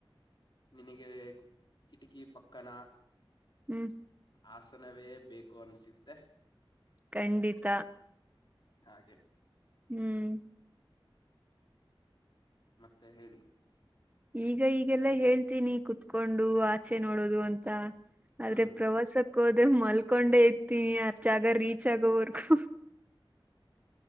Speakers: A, on the left (about 55°); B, on the right (about 15°).
A: ನಿನಗೆ ಕಿಟಕಿ ಪಕ್ಕನ
B: ಹ್ಮ್
A: ಆಸನವೇ ಬೇಕು ಅನ್ಸಿದ್ದೆ
B: ಖಂಡಿತ
A: ಹಾಗೆ
B: ಹ್ಮ್
A: ಮತ್ತೆ ಹೇಳಿ
B: ಈಗ ಈಗೆಲ್ಲ ಹೇಳ್ತೀನಿ ಕುತ್ಕೊಂಡು ಆಚೆ ನೋಡೋದು ಅಂತ ಆದ್ರೆ
A: ಹ್ಮ್
B: ಪ್ರವಾಸಕ್ ಹೋದ್ರೆ ಮಲ್ಕೊಂಡೆ ಇತೀನಿ ಅರ್ ಜಾಗ ರೀಚ್ ಆಗೋವರ್ಗೂ